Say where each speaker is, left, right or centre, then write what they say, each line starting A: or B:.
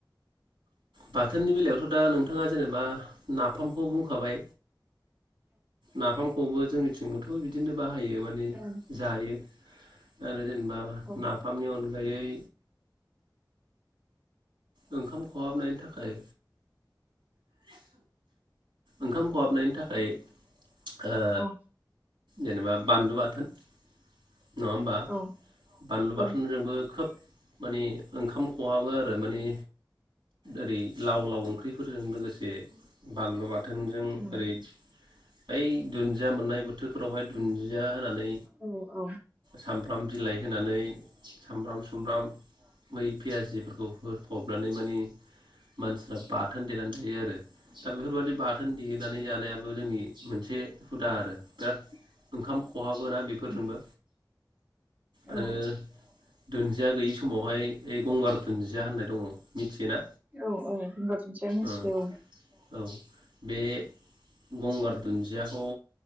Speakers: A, on the right (about 85°); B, on the right (about 20°).
A: बाथोननि बेलायावथ' दा नोंथाङा जेनेबा नाफामखौ बुंखाबाय। नाफामखौबो जोंनिथिंबोथ' बिदिनो बाहायो माने
B: जायो
A: जायो आरो जेनेबा
B: औ
A: नाफामनि अनगायै ओंखाम खहाबनायनि थाखाय ओंखाम खहाबनायनि थाखाय ओ
B: औ
A: जेनेबा बानलु बाथोन। नङा होमबा?
B: औ
A: बानलु बाथोन
B: औ
A: जोंबो खोब माने ओंखाम खहाबो आरो माने ओरै लाव लाव ओंख्रिफोरजों लोगोसे बानलु बाथोनजों
B: उम
A: ओरै ओइ दुन्दिया मोननाय बोथोरफोरावहाय दुन्दिया होनानै
B: औ औ
A: सामब्राम बिलाइ होनानै सामब्राम सुमब्राम बै पियााजिफोरखौ हो नानै माने मानसिफ्रा बाथोन देनानै जायो आरो। दा बेफोरबायदि बाथोन देनानै जानायाबो जोंनि मोनसे हुदा आरो बिराद ओंखाम खहाबोना बेफोरजोंबो
B: उम
A: आरो
B: औ
A: दुन्जिया गैयि स समावहाय गंगार दुन्जिया होननाय मिथियोना
B: औ औ गंगार दुनजिया मिथियो
A: ओं
B: औ
A: औ बे गंगार दुन्जियाखौ